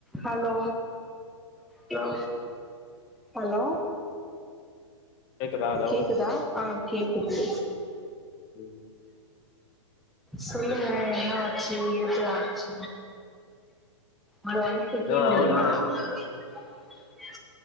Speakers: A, in the centre; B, on the left.
A: Hello hello hello
B: கேக்குதா hello
A: கேக்குதா ஆ கேக்குது
B: ம்
A: சொல்லுங்க என்ன ஆச்சு எது ஆச்சு ஒரு ஒன் செகண்ட்டு
B: எதுவு ஆவல
A: <unintelligible>